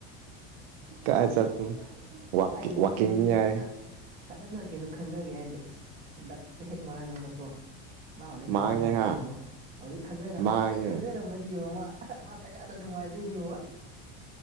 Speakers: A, on the right; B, on the right.
A: ꯀꯥꯏ ꯆꯠꯄꯅꯣ ꯋꯥꯛꯀꯤꯡ
B: ꯃꯥꯏ ꯅꯨꯄꯤꯗꯨꯁꯨ
A: ꯋꯥꯛꯀꯤꯡꯅꯤ
B: ꯐꯖꯅ
A: ꯍꯥꯏ
B: ꯐꯖꯅ ꯀꯩꯅꯣ ꯈꯪꯅꯒꯦ ꯍꯥꯏꯗꯤ ꯑꯁ ꯂꯛꯇ ꯍꯦꯛ ꯃꯥꯡꯉꯤꯗꯀꯣ ꯃꯥ ꯍꯧꯖꯤꯛ
A: ꯃꯥꯡꯉꯦ
B: ꯈꯪꯅꯔꯝꯃꯗꯤ
A: ꯍꯥ
B: ꯌꯦꯡꯉꯣ ꯍꯧꯖꯤꯛ ꯈꯪꯅꯔ ꯍꯧꯖꯤꯛꯀ
A: ꯃꯥꯡꯉꯦ
B: ꯈꯪꯅꯔꯝꯃꯗꯤ ꯌꯦꯡꯉꯣ ꯃꯥ ꯃꯥ ꯀꯌꯥꯗ ꯅꯨꯡꯉꯥꯏꯗꯣꯏꯅꯤꯕꯣ